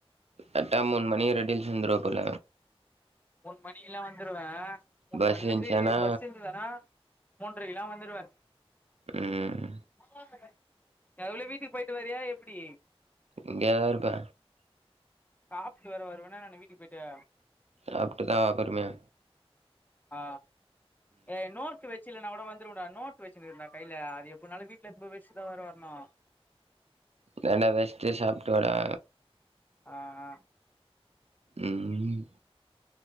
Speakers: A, on the right; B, on the left.
A: கரட்டா மூன் மணி <unintelligible> வந்துருவ போல
B: மூணு மணிக்லா வந்துருவே மூணு
A: பஸ்
B: மணிலந்து
A: இருந்துச்சானா
B: பஸ் இந்துதுனா மூன்றைக்கில்லா வந்துருவ
A: உம்
B: நீ அதுக்குள்யு வீட்டுக்கு போய்ட்டு வரியா எப்பிடி
A: இங்க தா இருப்ப
B: சாப்ட்டு வேற வருவனா என்ன வீட்டுக்கு போய்ட்டு
A: சாப்ட்டுதா வா பொறுமயா
B: ஆ எ நோட் வெ இல்லனா கோட வந்துருவனா நோட் வச்சிருக்றன்டா கைல அது எப்புனாலு வீட்ல எத்து போயி வச்சுட்தா வேற வர்ணு <inaudible>
A: அதெனா வெச்ட்டு சாப்ட்டு வாடா
B: ஆ ஆ
A: ம்